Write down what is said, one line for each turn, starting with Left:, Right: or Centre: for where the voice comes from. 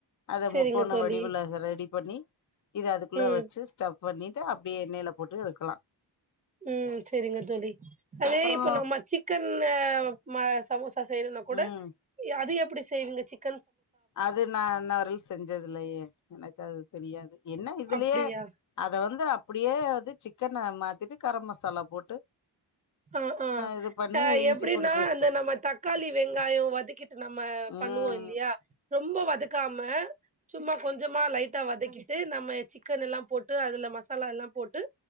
Left: அத
Right: சேரிங்க
Left: முக்கோண
Right: தோழி
Left: வடிவுல ரெடி பண்ணி இத அதுக்குள்ள
Right: ம்
Left: வச்ச ஸ்டப் பண்ணிட்டு அப்டியே எண்ணைல போட்டு எடுக்கலா
Right: ம் செரிங்க தோழி அதே
Left: அப்பறோ
Right: இப்ப நம்ப சிக்கன் ம் ம சமோஸ் சா செய்னுனா கூட
Left: ம்
Right: அது எப்டி செய்விங்க சிக்
Left: அது நா இன்னவரல் செஞ்சது இல்லயே எனக் அது தெரியாது என்ன இதுலயே
Right: அப்டியா
Left: அத வந்து அப்டியே சிக்கன மாத்திட்டு கரம் மசாலா போட்டு
Right: ஆ ஆ
Left: இது பண்ணி
Right: நா
Left: இஞ்சி
Right: எப்டின்னா
Left: பூண்டு பேஸ்ட்டு
Right: இந்த நம்ப தக்காளி வெங்காயோ வதக்கிட்டு நம்ம
Left: ம்
Right: பண்ணுவோ இல்லியா ரொம்ப வதக்காம சும்மா கொஞ்சமா லைடா வதக்கிட்டு நம்ம சிக்கன் எல்லா போட்டு அதுல மசாலா எல்லா போட் டு